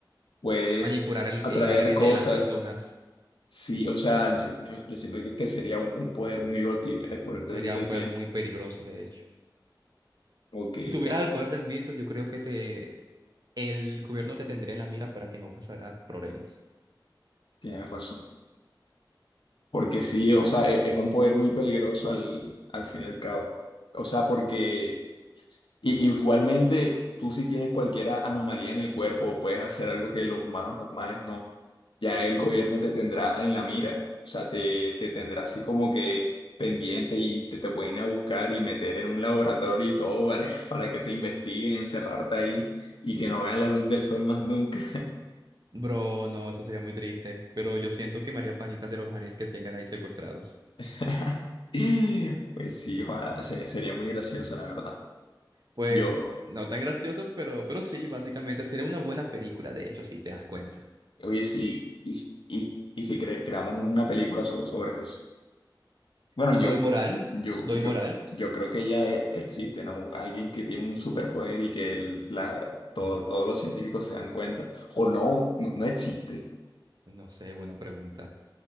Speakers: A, on the left; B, on the right.
A: puedes
B: Manipular el,
A: atraer
B: el aire
A: cosas.
B: de las personas
A: Sí, o sea, yo, yo, yo siento que, que sería un, un poder muy útil el poder
B: sería
A: del, del
B: un poder
A: viento.
B: muy peligroso, de hecho.
A: Ok,
B: Si tuvieras el poder del viento, yo creo que te el gobierno te tendría en la mira para que no causara problemas.
A: tienes razón. Porque sí, o sea, e- es, un poder muy peligroso al, al fin y al cabo. O sea, porque Y, y igualmente, tú si tienes cualquier a- anomalía en el cuerpo o puedes hacer algo que los humanos normales no, ya el gobierno te tendrá en la mira, o sea, te, te tendrá así como que pendiente y te, te pueden ir a buscar y meter en un laboratorio y todo para, <laughs> para que te investiguen, encerrarte ahí y que no vean la luz del sol más nunca.
B: Bro, no, eso sería muy triste, pero yo siento que me haría panitas de los aliens que tengan ahí secuestrados.
A: <laughs> Pues sí, ojalá, se- sería muy gracioso, la verdad.
B: Pues
A: Yo,
B: no tan gracioso, pero, pero sí, básicamente sería una buena película, de hecho, si te das cuenta.
A: oye, sí, y, y, y si cre- creamos una película so- sobre eso. Bueno,
B: Doy
A: yo,
B: moral,
A: yo,
B: doy
A: yo,
B: moral.
A: yo creo que ya e- existe, ¿no? Alguien que tiene un superpoder y que el- la, todo- todos los científicos se dan cuenta. O no, no, no existe.
B: No sé, buena pregunta.